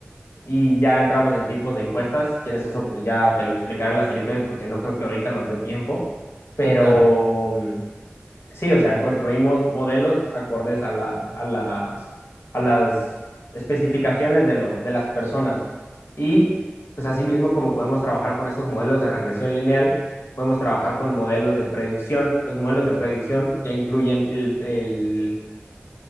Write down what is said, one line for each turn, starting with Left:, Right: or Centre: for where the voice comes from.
Left: y ya entramos en tipos de encuestas. Si quieres eso, pues ya te lo explicaré la siguiente vez porque no creo que ahorita nos dé tiempo. Pero
Right: Sí, claro.
Left: mm, Sí, o sea, construimos modelos acordes a la,
Right: Ujú,
Left: a las, a las especificaciones de, lo, de las personas. Y pues asimismo, como podemos trabajar con estos modelos de regresión lineal, podemos trabajar con modelos de predicción. Los modelos de predicción ya incluyen el, el